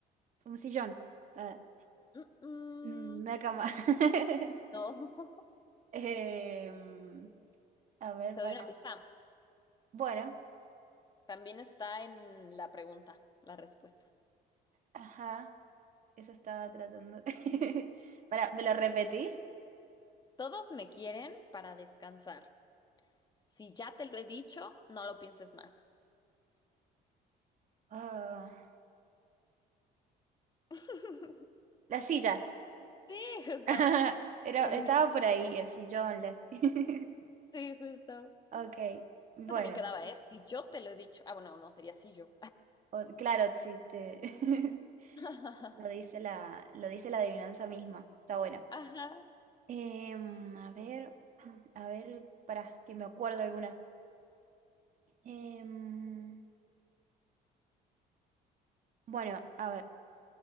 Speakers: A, on the right (about 50°); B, on the left (about 25°).
A: un sillón. Ah,
B: Mm, mm,
A: mm, una cama. <laughs>
B: no. <laughs>
A: Em, a ver,
B: Te
A: para.
B: doy una pista.
A: Bueno,
B: También está en la pregunta, la respuesta.
A: ajá. Eso estaba tratando. <laughs> Para, ¿me lo repetís?
B: Todos me quieren para descansar. Si ya te lo he dicho, no lo pienses más.
A: Ah,
B: <laughs>
A: la silla.
B: Sí, justo.
A: <laughs> Era,
B: Te lo-
A: estaba por ahí, el sillón, la silla. <laughs>
B: Sí, justo.
A: Ok, bueno.
B: Eso también quedaba, ¿eh? Y yo te lo he dicho. Ah, bueno, no, sería sí yo.
A: o- claro, si te. <laughs>
B: <laughs>
A: Lo dice la, lo dice la adivinanza misma. Está bueno.
B: Ajá.
A: Em, a ver, <clears throat> a ver, para que me acuerdo alguna. Em, bueno, a ver.